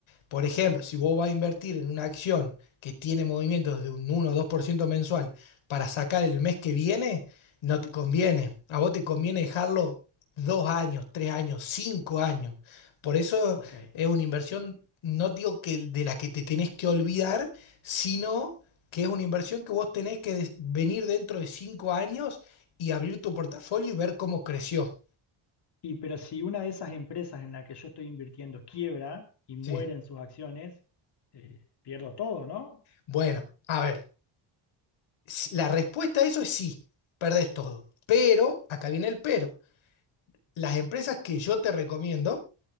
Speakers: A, on the left; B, on the left.
A: Por ejemplo, si vos vas a invertir en una acción que tiene movimientos de un uno o 2% mensual para sacar el mes que viene, no te conviene. A vos te conviene dejarlo dos años, tres años, cinco años. Por eso
B: Ok.
A: es una inversión, no digo que de la que te tenés que olvidar, sino que es una inversión que vos tenés que des- venir dentro de cinco años y abrir tu portafolio y ver cómo creció.
B: Y pero si una de esas empresas en la que yo estoy invirtiendo quiebra y mueren
A: Sí.
B: sus acciones, eh, pierdo todo, ¿no?
A: Bueno, a ver, si- la respuesta a eso es sí, perdés todo. Pero, acá viene el pero. Las empresas que yo te recomiendo